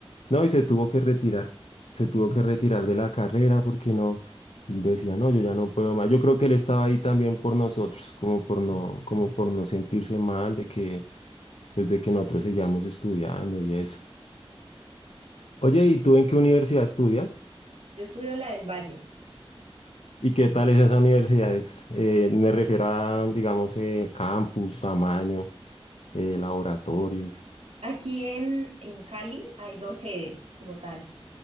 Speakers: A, on the left; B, on the right.
A: no, y se tuvo que retirar, se tuvo que retirar de la carrera porque no, decía, no, yo ya no puedo más. Yo creo que él estaba ahí también por nosotros, como por no, como por no sentirse mal de que, pues de que nosotros seguíamos estudiando y eso. Oye, ¿y tú en qué universidad estudias?
B: Yo estudio la del Valle.
A: ¿Y qué tal es esa universidad? Es, eh, me refiero a, digamos, eh, campus, tamaño, eh, laboratorios.
B: Aquí en, en Cali hay dos sedes como tal,